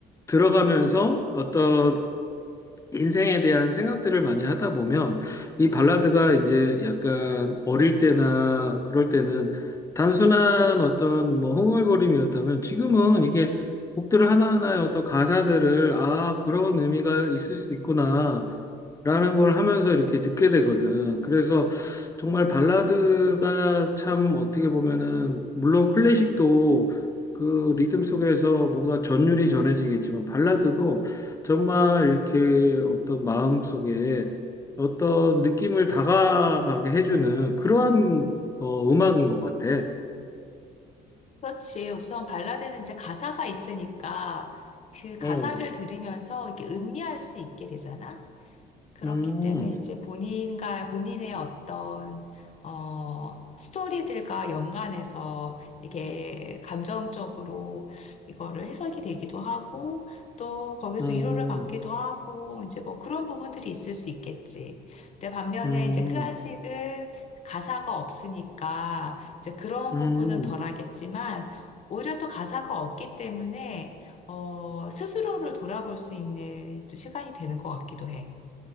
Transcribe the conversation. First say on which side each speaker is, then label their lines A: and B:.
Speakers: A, on the left; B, on the left.
A: 들어가면서 어떤 인생에 대한 생각들을 많이 하다 보면 이 발라드가 이제 약간 어릴 때나 그럴 때는 단순한 어떤 뭐 흥얼거림이었다면 지금은 이게 곡들 하나하나의 어떤 가사들을 아, 그런 의미가 있을 수 있구나. 라는 걸 하면서 이렇게 듣게 되거든. 그래서 정말 발라드가 참 어떻게 보면은, 물론 클래식도 그 리듬 속에서 뭔가 전율이 전해지겠지만, 발라드도 정말 이렇게 어떤 마음 속에 어떤 느낌을 다가가게 해주는 그러한 어, 음악인 것 같아.
B: 그렇지. 우선 발라드는 이제 가사가 있으니까 그 가사를
A: 음,
B: 들으면서 이렇게 음미할 수 있게 되잖아. 그렇기
A: 음,
B: 때문에 이제 본인과 본인의 어떤 어 스토리들과 연관해서 이게 감정적으로 이거를 해석이 되기도 하고 또 거기서
A: 음,
B: 위로를 받기도 하고 이제 뭐 그런 부분들이 있을 수 있겠지. 근데 반면에
A: 음,
B: 이제 클래식은 가사가 없으니까 이제 그런
A: 음.
B: 부분은 덜하겠지만 오히려 또 가사가 없기 때문에 어 스스로를 돌아볼 수 있는 또 시간이 되는 것 같기도 해.